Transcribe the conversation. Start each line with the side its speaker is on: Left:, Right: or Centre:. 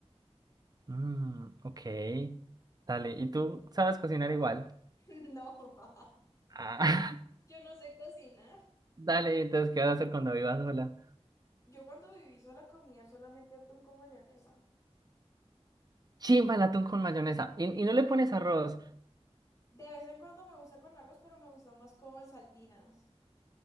Right: Mm, ok. Dale, ¿y tú sabes cocinar igual?
Left: <laughs> No, mamá,
Right: Ah,
Left: yo no sé cocinar.
Right: <laughs> dale, entonces, ¿qué vas a hacer cuando vivas sola?
Left: Yo cuando viví sola comía solamente atún con mayonesa.
Right: Chimba el atún con mayonesa. ¿Y, y no le pones arroz?
Left: De vez en cuando me gusta con arroz, pero me gusta más con saltinas.